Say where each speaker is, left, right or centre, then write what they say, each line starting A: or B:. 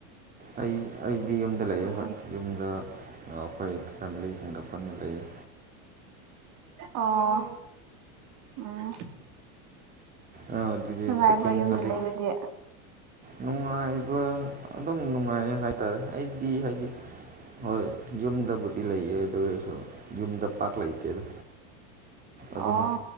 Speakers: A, on the right; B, on the right.
A: ꯑꯩ ꯑꯩꯗꯤ ꯌꯨꯝꯗ ꯂꯩꯌꯦ
B: ꯎꯝ
A: ꯍꯣꯏ ꯌꯨꯝꯗ ꯑꯩꯈꯣꯏ ꯐꯦꯃꯤꯂꯤꯁꯤꯡꯒ ꯄꯨꯟꯅ ꯂꯩꯌꯦ
B: ꯑꯣ ꯎꯝ
A: ꯑꯥ, ꯑꯗꯨꯗꯤ
B: ꯅꯨꯡꯉꯥꯏꯕ꯭ꯔꯣ
A: ꯁꯦꯀꯦꯟ
B: ꯌꯨꯝꯗ
A: ꯍꯧꯖꯤꯛ
B: ꯂꯩꯕꯗꯤ
A: ꯅꯨꯡꯉꯥꯏꯕ ꯑꯗꯨꯝ ꯅꯨꯡꯉꯥꯏꯌ‌ꯦ ꯍꯥꯏꯇꯥꯔꯦ ꯑꯩ ꯗꯤ ꯍꯥꯏꯗꯤ ꯍꯣꯏ ꯌꯨꯝꯗꯕꯨꯗꯤ ꯂꯩꯌꯦ ꯑꯗꯨ ꯑꯣꯏꯔꯁꯨ ꯌꯨꯝꯗ ꯄꯥꯛ ꯂꯩꯇꯦꯗ ꯑꯗꯨꯝ
B: ꯑꯣ